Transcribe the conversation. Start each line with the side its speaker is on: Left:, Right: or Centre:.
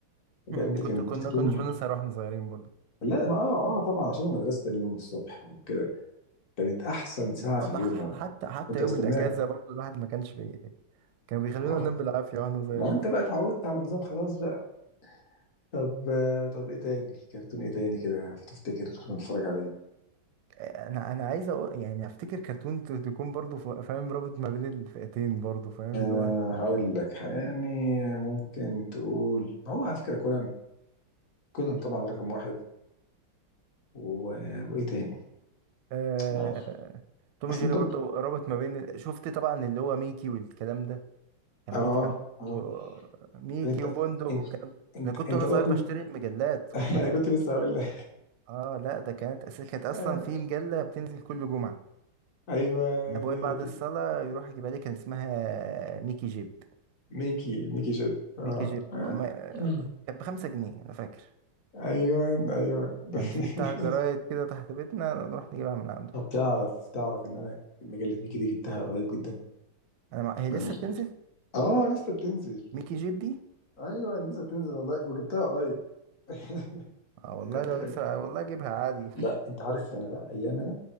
Left: بجد
Right: مم، كنت
Left: كانت
Right: كنا
Left: بتكون
Right: كناش بنسهر واحنا صغيرين برضو
Left: لا انا اه اه طبعا عشان المدرسه تاني يوم الصبح وكده كانت احسن ساعه
Right: برضو
Left: في اليوم
Right: ح-
Left: والله
Right: حتى حتى
Left: كنت
Right: يوم
Left: بستناها
Right: الاجازه برضو الواحد ما كانش بي... كانوا بيخلونا
Left: عارف؟
Right: ننام بالعافيه واحنا صغيرين
Left: ما انت بقى اتعودت على النظام خلاص بقى طب آه، طب ايه تاني كرتون ايه تاني كده تفتكر كنا بنتفرج عليه
Right: انا انا عايز أقول يعني افتكر كرتون ت- تكون برضو ف- فاهم رابط ما بين الفئتين برضو فاهم
Left: أه
Right: اللي هو
Left: هقول لك يعني ممكن تقول ما هو على فكره كونان كونان طبعا رقم واحد و... وايه تاني
Right: آه...
Left: ما-
Right: توم
Left: اصل
Right: جيري
Left: انت
Right: برضو
Left: اه
Right: رابط ما بين ال- شفت طبعا اللي هو ميكي والكلام ده كان
Left: اه
Right: ميكي عم...
Left: آه.
Right: و... ميكي
Left: انت
Right: وبندق والكلام
Left: انت انت
Right: انا كنت
Left: انت
Right: وانا صغير
Left: بقى كنت
Right: بشتري المجلات
Left: <laughs>
Right: خد بالك
Left: انا كنت لسه هقول لك
Right: اه لا ده كانت أس... كانت اصلا
Left: <laughs>
Right: في مجلة بتنزل كل جمعة
Left: ايوه
Right: انا
Left: يعني
Right: ابويا
Left: هي
Right: بعد
Left: دي
Right: الصلاة يروح يجيبها لي كان اسمها ميكي جيب
Left: ميكي ميكي جيب آه.
Right: ميكي جيب
Left: آه.
Right: وما...
Left: اه مم.
Right: كانت بخمسة جنيه انا فاكر
Left: ايوه ايوه <laughs>
Right: كان في بتاع جرايد كده تحت بيتنا نروح نجيبها من عنده
Left: طب تعرف تعرف ان انا مجلة ميكي دي جبتها قريب جدا
Right: انا مع... هي لسه
Left: من
Right: بتنزل
Left: اه لسه بتنزل
Right: ميكي جيب دي
Left: ايوه لسه بتنزل والله وجبتها قريب <laughs>
Right: اه والله
Left: بجد
Right: لو
Left: كان
Right: لسه آه والله اجيبها عادي
Left: لا انت عارف انا بقى ايام انا